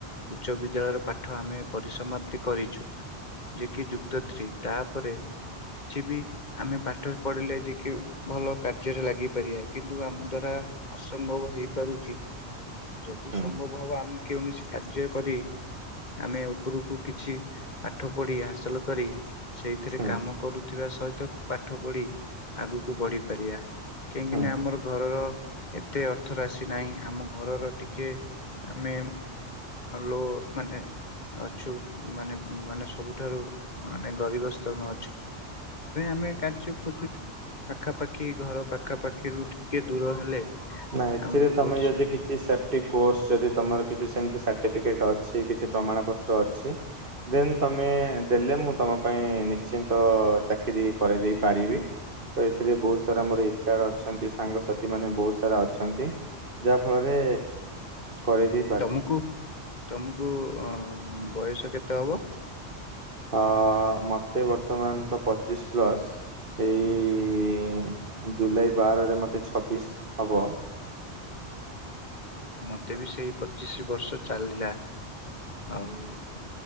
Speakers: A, on the left; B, on the right.
A: ଉଚ୍ଚ ବିଦ୍ୟାଳୟର ପାଠ ଆମେ ପରିସମାପ୍ତି କରିଛୁ। ଯେଏ କିି ଯୁକ୍ତ ଥ୍ରୀ ତାପରେ କିଛି ବି ଆମେ ବାଟରେ ପଢିଲେ ଯେ କି ଭଲ କାର୍ଯ୍ୟରେ ଲାଗି ପାରିବା କିନ୍ତୁ ଆମ ଦ୍ଵାରା ଅସମ୍ଭବ ହେଇପାରୁଛି। ଯଦି
B: ହୁଁ
A: ସମ୍ଭବ ହବ। ଆମେ କେଉଁ କାର୍ଯ୍ୟ କରି ଆମେ ଉପରକୁ କିଛି ପାଠ ପଢି ହାସଲ କରି। ସେଇଥିରେ
B: ହୁଁ
A: କାମ କରୁଥିବା ସହିତ ପାଠ ପଢି ଆଗକୁ ବଢିପାରିବା। କାହିଁକି
B: ହୁଁ
A: ନା ଆମର ଘରର ଏତେ ଅର୍ଥ ରାଶି ନାହିଁ ଆମ ଘରର ଟିକେ ଆମେ ଲୋ ମାନେ ଅଛୁ ମାନେ ମାନେ ସବୁଠାରୁ ମାନେ ଗରିବ ସ୍ତରଣ ଅଛୁ। ଏଥିପ ଆମେ କାର୍ଯ୍ୟ ଖୋଜୁଛୁ। ପାଖାପାଖି ଘର ପାଖାପାଖିରୁ ଟିକେ ଦୂର ହେଲେ
B: ନାଇଁ ଏଥିରେ
A: ଆମକୁ
B: ତମେ
A: ବହୁତ
B: ଯଦି
A: ସୁ
B: କି। କିଛି ସେଫଟି କୋର୍ଷ ଯଦି ତମର କିଛି ସେମିତି ସାର୍ଟିଫିକେଟ ଅଛି କିଛି ପ୍ରମାଣ ପତ୍ର ଅଛି। ଦେନ୍ ତମେ ଦେଲେ ମୁଁ ତମ ପାଇଁ ନିଶ୍ଚିନ୍ତ ଚାକିରି କରେଇ ଦେଇ ପାରିବି। ତ ଏଥିରେ ବହୁତ ସାରା ମୋର ଇଚଛାର ଅଛନ୍ତି। ସାଙ୍ଗସାଥି ମାନେ ବହୁତ ଅଛନ୍ତି। ଯାହା ଫଳରେ କରିଦେଇ
A: ତମକୁ ତମକୁ ଅ ବୟସ କେତେ ହବ?
B: ହ ମତେ ବର୍ତ୍ତମାନ ତ ପଚିଶ ପ୍ଲସ୍। ଏଇ ଜୁଲାଇ ବାରରେ ମୋତେ ଛବିଶ ହବ।
A: ମତେ ବି ସେଇ ପଚିଶି ବର୍ଷ ଚାଲିଲା। ଆଉ